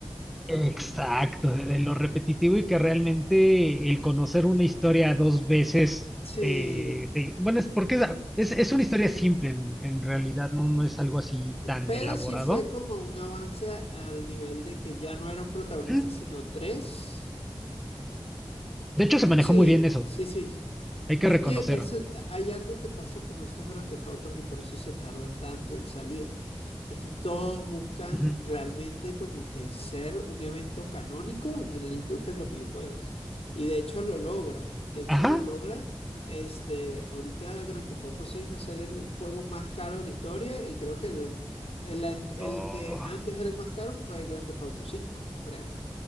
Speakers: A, in the centre; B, on the left (about 80°).
A: Exacto, de, de lo repetitivo y que realmente el conocer una historia dos veces,
B: Sí,
A: eh, sí, bueno, es porque es, es, es una historia simple en, en realidad, no, no es algo así tan
B: pero
A: elaborado.
B: sí fue como un avance a- al nivel de que ya no era un protagonista,
A: Ujú.
B: sino tres.
A: De hecho, se manejó
B: Sí,
A: muy bien eso,
B: sí, sí.
A: hay que
B: Es
A: reconocer.
B: que eso, hay algo que pasa con estos Grand Theft Autos y por eso se tardan tanto en salir. Que es que todos buscan
A: Ujú.
B: realmente como que ser un evento canónico en la industria de los videojuegos. Y de hecho lo logra. De hecho
A: Ajá.
B: lo logra. Este, ahorita Grand Theft Auto 6 va a ser el juego más caro de la historia y creo que el, el, an- el
A: Oh,
B: que antes era el más caro fue Grand Theft Auto 5, creo.